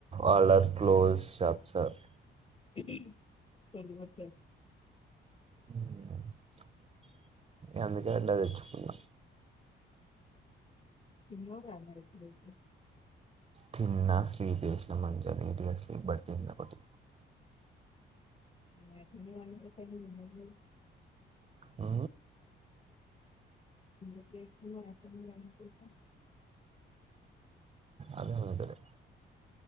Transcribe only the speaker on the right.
ఆ లెఫ్ట్ లో చేస్తార్
హుమ్మ్ అందుకె అట్ల తెచ్చుకున్న
తిన్న, స్లీప్ జేసిన మంతె, నీట్ గా స్లీప్ బట్టి తిన్న బటి
ఆ
అదే <unintelligible>